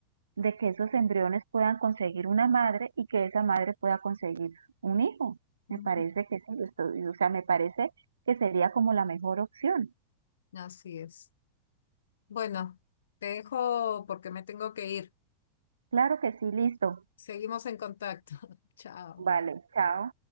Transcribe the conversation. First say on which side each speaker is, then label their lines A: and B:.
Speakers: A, on the right; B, on the left.
A: de que esos embriones puedan conseguir una madre y que esa madre pueda conseguir un hijo.
B: Ujú.
A: Me parece que sí, estoy- o sea, me parece que sería como la mejor opción.
B: Así es. Bueno, te dejo porque me tengo que ir.
A: Claro que sí, listo.
B: Seguimos en contacto. <laughs> Chao.
A: Vale, chao.